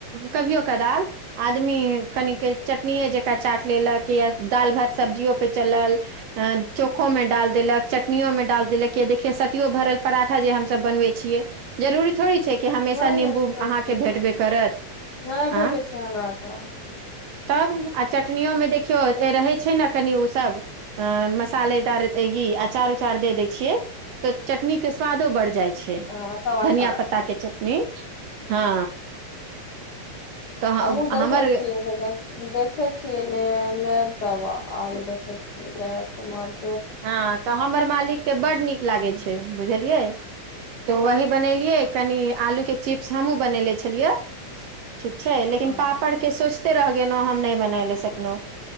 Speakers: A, on the right; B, on the left.
A: कभियो कदाल आदमी कनि के चटनीेये जेंका चा लेलक या दालि भात सब्जियो पे चलल चोखो मे डाल देलक चटनीयो मे डाल देलक के देखियै सतियो भरल पराठा जे हमसब बनबै छियै जरूरी थोड़ी छै हमेशा
B: वही ने
A: निंबू
B: कहै
A: अहाँके
B: छियै
A: भेटबे करत
B: नहि भेटै
A: आँ
B: छै हमरा त
A: तब आ चटनियो में देखियौ रहे छै ने कनि उ सब अ मसालेदार अचार उचार दे दय छियै त चटनी के स्वादो बढ़ जाइ छै
B: हँ तब अच्छा
A: धनिया
B: लागै
A: पत्ताके चटनी हँ तऽ ह-
B: हमहुँ देखै
A: हमर
B: छियै देखेै छियै ने ने तब आब देखै छियै ने त मन
A: हँ त हमर मालिकके बड नीक लागै छै बुझलियै तो वही बनेलियै कनि आलू के चिप्स हमहुँ बनेले छलियै ठीक छै लेकिन
B: आओर
A: पापड़ के सो र गेलहु हम नहि बना ले सकलहुँ